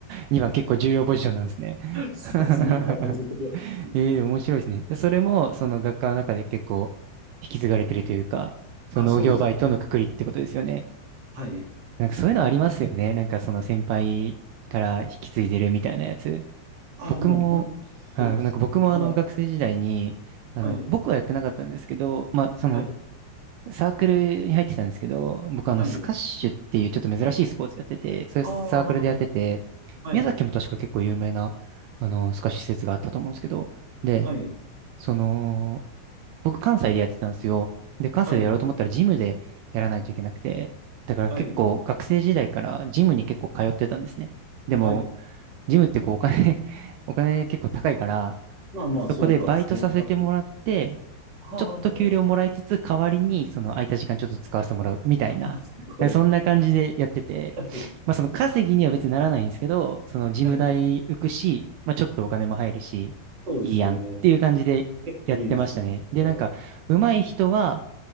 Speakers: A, on the right (about 85°); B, on the right (about 30°).
A: 2番結構重要ポジションなんですね。
B: そうですね。
A: <laughs>
B: 250ですね。
A: ええでも面白いですね。でそれも、その学科の中で結構引き継がれてるというか、その農業バイトのくくりってことですよね。
B: あ、そうです。はい。
A: なんかそういうのありますよね。なんかその先輩から引き継いでるみたいなやつ。
B: あ、
A: 僕も、
B: もう本当、そうですね。
A: はい、なんか僕もあの学生時代に、
B: あ、
A: あの、
B: はい、
A: 僕はやってなかったんですけど、まあその
B: はい、
A: サークルに入ってたんですけど、僕あのスカッシュっていうちょっと珍しいスポーツやってて、
B: はい。
A: そういうサークルでやってて、
B: ああ、はい、
A: 宮崎も確か結構有名なあのスカッシュ施設があったと思うんですけど、で、
B: はい、
A: その、僕関西でやってたんですよ。で、関西でやろうと思ったらジムでやらないといけなくて、
B: はい、
A: だから結構学生時代からジムに結構通ってたんですね。
B: はい、
A: でも、
B: はい。
A: ジムってこうお金 <laughs> お金結構高いから、
B: まあまあ、
A: そこでバイトさせてもらって、
B: そう、学生パはああ、
A: ちょっと給料もらいつつ、
B: あ
A: 代わりにその空いた時間ちょっと使わせてもらうみたいな、
B: <laughs> すごい。
A: そんな感じでやってて、
B: はい、
A: まあその稼ぎには別にならないんですけど、その事務代浮くし、
B: はい。
A: まあちょっとお金も入るし、
B: そうですよね。
A: いいやんっていう感じでやってましたね。
B: 結構いいですね、それは。
A: で、なんか、上手い人は、